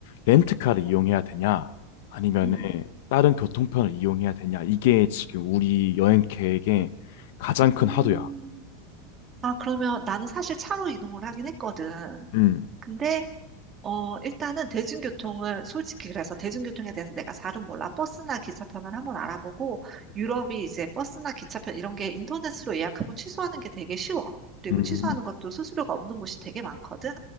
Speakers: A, on the left; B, on the right.
A: 렌트카를 이용해야 되냐 아니면은
B: 응.
A: 다른 교통편을 이용해야 되냐 이게 지금 우리 여행 계획의 가장
B: 음.
A: 큰 하도야.
B: 아, 그러면 나는 사실 차로 이동을 하긴 했거든.
A: 음,
B: 근데 어, 일단은 대중교통을, 솔직히 그래서 대중교통에 대해서 내가 잘은 몰라. 버스나 기차편을 한번 알아보고, 유럽이 이제 버스나 기차편 이런 게 인터넷으로 예약하고 취소하는 게 되게 쉬워. 그리고
A: 음,
B: 취소하는 것도 수수료가 없는 곳이 되게 많거든.